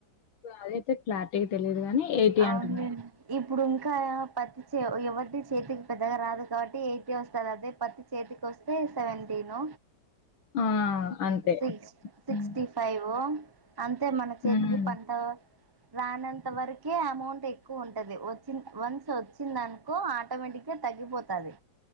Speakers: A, on the left; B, on the right.
A: అదయితే క్లారిటీగా తెలియదు గాని ఎయిటీ
B: అవును
A: అంటున్నారు
B: లే ఇప్పుడు ఇంకా పత్తి ఎవరి చేతికి పెద్దగా రాదు కాబట్టి అయితే వస్తంది అదే పత్తి చేతికి వస్తే సెవెంటీన్
A: ఆ అంతే
B: సిక్స్ సిక్స్టీ
A: ఉమ్
B: ఫైవ్ అంతే మన చేతికి
A: ఉమ్.
B: పంట రానంత వర కే అమౌంట్ ఎక్కువ ఉంటది వచ్చి వన్స్ వచ్చినందానుకో ఆటోమేటిక్గా తగ్గిపోతాది